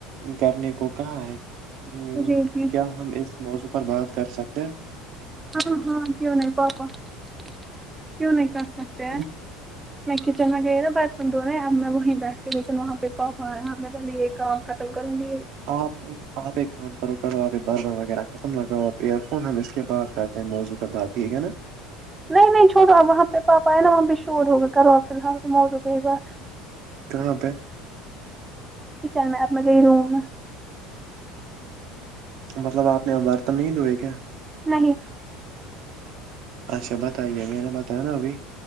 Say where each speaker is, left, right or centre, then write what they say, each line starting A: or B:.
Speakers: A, on the right; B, on the right.
A: کرنے کو کہا ہے ہ
B: جی جی
A: کیا ہم اس موضوع پر بات کر سکتے ہیں
B: ہاں ہاں کیوں نہیں پاپا کی نہیںئی کر سک
A: ہیں
B: میں کچن میں گئے تھاا باتھ روم تو نہیں اب میں وہیں بیٹھتین وہاں پہ پاپایا میں پہے یہ کام ختم کروں گی
A: آپ ایک آپ ایک کام کرو کرو آپ ایک بربن وغیرہ ختم لگاؤ آپ ایئر فون ہم اس کے بعد کر ا موضو کردار ٹھیک ہے نا
B: نہیں نہیں چوٹو آپ وہاں پہ پاپا آئے نا وہاں بھی شور ہوگئے کرو آپ فی الحال پ بھی موت ہو گئی بات
A: کہاں پہ
B: کچن میں آپ م کہئی روم
A: مطلب آپ نے برتن نہیں دوئے کیا
B: نہیں
A: اچھا بتائیے میں نے بتایا نا ابھی